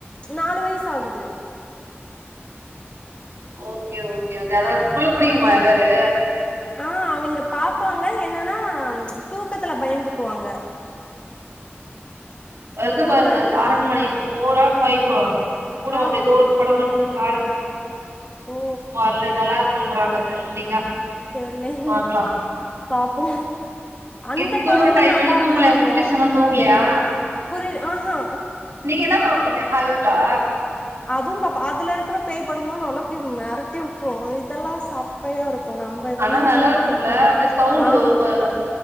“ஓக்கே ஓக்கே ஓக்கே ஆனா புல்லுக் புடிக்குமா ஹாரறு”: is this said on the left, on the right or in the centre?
Right